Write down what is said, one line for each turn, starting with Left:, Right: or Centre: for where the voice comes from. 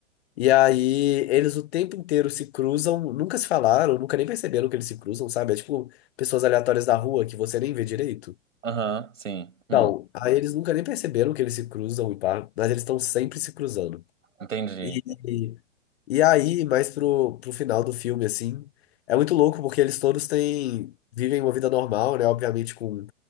Left: E aí, eles o tempo inteiro se cruzam, nunca se falaram, nunca nem perceberam que eles se cruzam, sabe? É tipo pessoas aleatórias da rua que você nem vê direito.
Right: Aham, sim. Hum,
Left: Não, aí eles nunca nem perceberam que eles se cruzam e pá, mas eles estão sempre se cruzando.
Right: entendi.
Left: E, e aí, mais pro, pro final do filme, assim, é muito louco porque eles todos têm, vivem uma vida normal, né? Obviamente com